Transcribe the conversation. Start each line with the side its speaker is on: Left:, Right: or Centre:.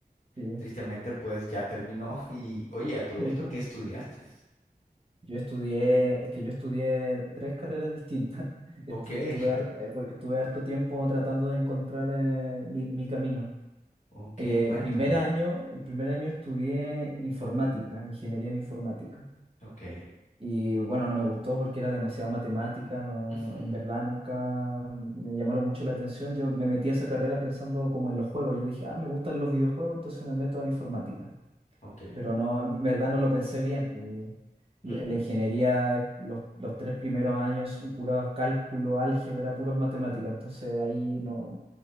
Right: Sí.
Left: Tristemente, pues ya terminó. <laughs> Y oye, a todo
Right: <laughs>
Left: esto, ¿qué estudiaste?
Right: Yo estudié, es que yo estudié tres carreras distintas. <laughs>
Left: Ok,
Right: Estu-
Left: <laughs>
Right: Estuve, har- eh, por- estuve harto tiempo tratando de encontrar eh, mi, mi camino.
Left: ok,
Right: Eh,
Left: cuéntame.
Right: el primer año, el primer año estudié informática, ingeniería en informática.
Left: Ok.
Right: Y bueno, no me gustó porque era demasiado matemática, no,
Left: <laughs> Ujú,
Right: en verdad nunca me llamaron mucho la atención. Yo me metí a esa carrera pensando como en los juegos. Yo dije, ah, me gustan los videojuegos, entonces me meto a informática
Left: Ok.
Right: pero no, en verdad no lo pensé bien, porque
Left: Ujú,
Right: la, la ingeniería, es los, los tres primeros años, puro cálculo, álgebra, puros matemáticas, entonces ahí no,